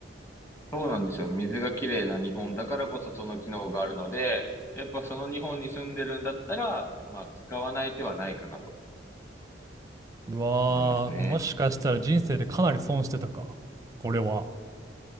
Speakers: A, on the left; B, on the right.
A: そうなんですよ。水がきれいな日本だからこそその機能があるので、やっぱその日本に住んでるんだったら、まあ使わない手はないかなと
B: うわー、
A: 思いますね。
B: もしかしたら人生でかなり損してたか。これは。